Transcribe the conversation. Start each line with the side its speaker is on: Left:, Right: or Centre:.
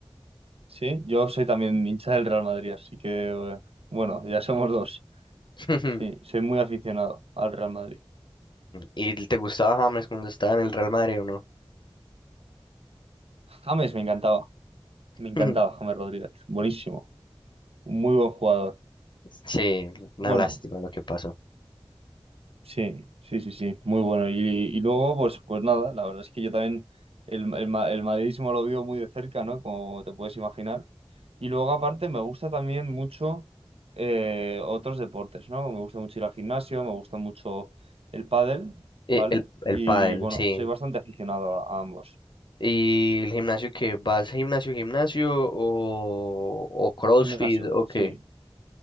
Right: Sí, yo soy también hincha del Real Madrid, así que, eh, bueno, ya somos dos.
Left: <laughs>
Right: Sí, soy muy aficionado al Real Madrid.
Left: ¿Y te gustaba James cuando estaba en el Real Madrid o no?
Right: James me encantaba,
Left: <laughs>
Right: me encantaba James Rodríguez, buenísimo, muy buen jugador.
Left: Sí, una
Right: Bueno,
Left: lástima lo que pasó.
Right: Sí, sí, sí, sí, muy bueno. Y, y luego, pues, pues nada, la verdad es que yo también el, el, ma- el madridismo lo vivo muy de cerca, ¿no? Como te puedes imaginar. Y luego, aparte, me gusta también mucho eh, otros deportes, ¿no? Me gusta mucho ir al gimnasio, me gusta mucho el pádel,
Left: Eh,
Right: ¿vale?
Left: El, el
Right: Y
Left: pádel,
Right: bueno,
Left: sí.
Right: soy bastante aficionado a, a ambos.
Left: ¿Y el gimnasio que ¿Vas gimnasio, gimnasio o, o CrossFit
Right: Gimnasio,
Left: o
Right: sí.
Left: qué?